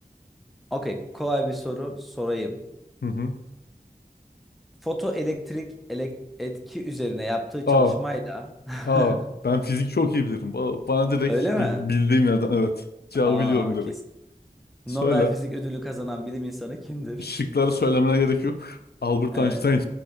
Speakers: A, in the centre; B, on the left.
A: okey kolay bir soru sorayım.
B: hı. hı.
A: Fotoelektrik elek- etki üzerine yaptığı
B: A.
A: çalışmayla
B: A.
A: <laughs>
B: Ben fizik çok iyi bilirim. Ba- Bana direkt
A: öyle mi?
B: bil- bildiğim yerden
A: O-
B: evet. Cevabı
A: Aa,
B: biliyorum direkt.
A: kesin.
B: Söyle.
A: Nobel Fizik Ödülü kazanan bilim insanı kimdir?
B: Şıkları söylemene gerek yok. Albert
A: Evet.
B: Einstein.